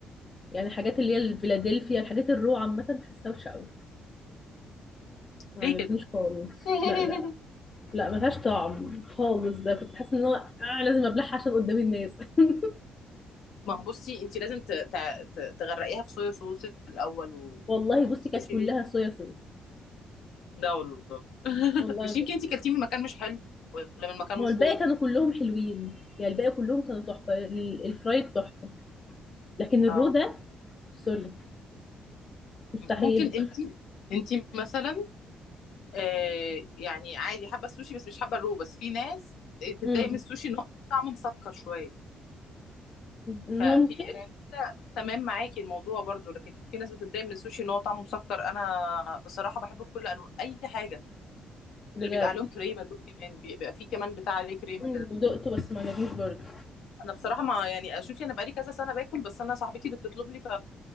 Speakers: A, on the left (about 30°); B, on the left (about 80°).
A: يعني الحاجات اللي هي الفيلادلفيا الحاجات الرو عامه حاساها وحشه قوي ما
B: ليه
A: عجبنيش
B: كده
A: خالص
B: <laughs>
A: لا لا لا ملهاش طعم خالص ده كنت حاسه ان هو آه لازم ابلعها عشان قدام الناس <laughs>
B: ما هو بصي انت لازم ت... ت... ت- تغرقيها في صويا صوص الاول و...
A: والله
B: يعني
A: بصي
B: السوشي
A: كانت كلها صويا صوص
B: ده والله <laughs>
A: والله
B: مش
A: العظيم
B: يمكن انت كلتيه من مكان مش حلو ولا من مكان
A: ما
B: مشهور
A: هو الباقي كانوا كلهم حلوين يعني الباقي كلهم كانوا تحفه ال- الفرايد تحفه لكن الرو
B: اه
A: ده سوري مستحيل
B: ممكن انت انت مثلا آه يعني عادي حابه السوشي بس مش حابه الرو بس في ناس آه، تتضايق
A: امم
B: من السوشي ان هو طعمه مسكر شويه
A: ممكن
B: ففي يعني كده تمام معاكي الموضوع برضو لكن في ناس بتتضايق من السوشي ان هو طعمه مسكر انا بصراحه بحبه بكل انواع اي حاجه
A: بجد
B: اللي بيبقى عليهم كريمه دول كمان بيبقى فيه كمان بتاع عليه كريمه
A: مم،
B: كده
A: دقته بس ما عجبنيش برضه
B: انا بصراحه ما يعني شوفي انا بقالي كذا سنه باكل بس انا صاحبتي اللي بتطلب لي ف